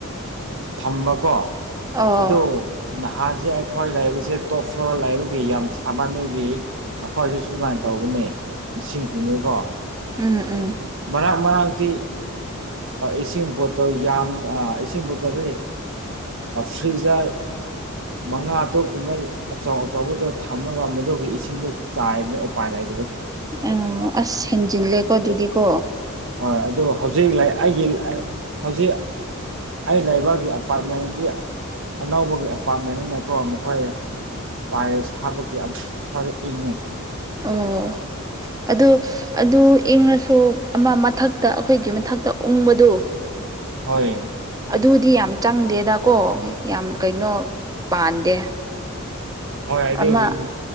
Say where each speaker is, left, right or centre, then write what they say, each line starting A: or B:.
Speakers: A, on the right; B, on the right.
A: ꯊꯝꯕꯀꯣ
B: ꯑꯣ
A: ꯑꯗꯨ ꯅꯍꯥꯟꯁꯦ ꯑꯩꯈꯣꯏ ꯂꯩꯕꯁꯦ ꯇꯣꯞ ꯏꯁꯣ ꯂꯥꯏꯕꯛꯒꯤ ꯌꯥꯝ ꯁꯥꯃꯅꯕꯒꯤ ꯑꯩꯈꯣꯏꯁꯨ ꯁꯨꯃꯥꯏꯅ ꯇꯧꯕꯅꯤ ꯏꯁꯤꯡꯁꯤꯅꯤꯀꯣ
B: ꯎꯝ ꯎꯝ
A: ꯃꯔꯥꯡ ꯃꯔꯥꯡꯤ ꯏꯁꯤꯡꯣ ꯑꯣ ꯌꯥꯝ ꯏꯁꯤꯡ ꯄꯣꯠꯇꯁꯤ ꯐ꯭ꯔꯤꯖꯔ ꯃꯉꯥ ꯇꯔꯨꯛ ꯀꯨꯝꯕ ꯑꯆꯧ ꯑꯆꯧꯕꯗ ꯊꯝꯃꯒ ꯃꯗꯨꯒꯤ ꯏꯁꯤꯡꯗꯣ ꯆꯥꯏꯕꯅ ꯎꯄꯥꯏ ꯂꯩ
B: ꯎꯝ ꯑꯁ ꯍꯦꯟꯖꯤꯜꯂꯦꯀꯣ ꯑꯗꯨꯗꯤꯀꯣ
A: ꯍꯣꯏ ꯑꯗꯨ ꯍꯧꯖꯤꯛ ꯂ ꯑꯩꯒꯤ ꯍꯧꯖꯤꯛ ꯑꯩ ꯂꯩꯕꯒꯤ ꯑꯦꯄꯥꯔꯠꯃꯦꯟꯗꯤ ꯑꯅꯧꯕꯒꯤ ꯑꯦꯄꯥꯔꯠꯃꯦꯟꯅꯤꯅꯀꯣ ꯃꯈꯣꯏ ꯇꯥꯏꯁ ꯍꯥꯕꯒꯤꯛ ꯈꯔ ꯏꯪꯉꯤ
B: ꯑꯣ ꯑꯗꯨ ꯑꯗꯨ ꯏꯪꯉꯁꯨ ꯑꯃ ꯃꯊꯛꯇ ꯑꯩꯈꯣꯏꯒꯤ ꯃꯊꯛꯇ ꯎꯪꯕꯗꯣ
A: ꯍꯣꯏ
B: ꯑꯗꯨꯗꯤ ꯌꯥꯝ ꯆꯪꯗꯦꯗꯀꯣ ꯌꯥꯝ ꯀꯩꯅꯣ ꯄꯥꯟꯗꯦ
A: ꯍꯣꯏ ꯑꯗꯨꯒꯤꯅꯤ
B: ꯑꯃ